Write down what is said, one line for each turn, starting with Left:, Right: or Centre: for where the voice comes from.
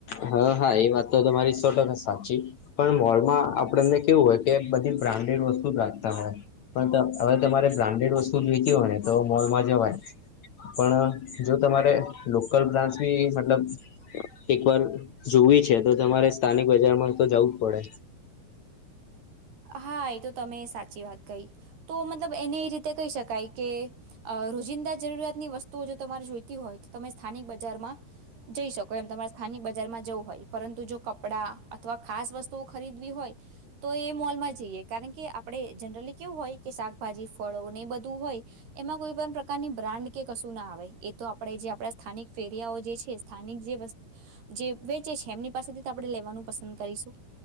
Left: હા હા એ વાત તો તમારી સો ટકા સાચી પણ મોલમાં આપણને કેવું હોય કે બધી બ્રાન્ડેડ વસ્તુ જ રાખતા હોય પણ હવે તમારે બ્રાન્ડેડ વસ્તુ જ વેચી હોય ને તો મોલમાં જવાય પણ જો તમારે લોકલ બ્રાન્ચ બી મતલબ એકવાર જોવી છે તો તમારે સ્થાનિક બજારમાં તો જવું જ પડે
Right: હા એ તો તમે સાચી વાત કહી તો મતલબ એને એ રીતે કહી શકાય કે અ રોજિંદા જરૂરિયાતની વસ્તુઓ જો તમારે જોઈતી હોય તો તમે સ્થાનિક બજારમાં જઈ શકો એમ તમારે સ્થાનિક બજારમાં જવું હોય પરંતુ જો કપડા અથવા ખાસ વસ્તુઓ ખરીદવી હોય તો એ મોલમાં જઈએ કારણ કે આપડણે જનરલી કેવું હોય કે શાકભાજી ફળો ને એ બધું હોય એમાં કોઈ પણ પ્રકારની બ્રાન્ડ કે કશું ના આવે એ તો આપે જે આપડા સ્થાનિક ફેરિયાઓ જે છે. સ્થાનિક જે વસ્ત જે વેચે છે એમની પાસેથી આપણે લેવાનું પસંદ કરીશું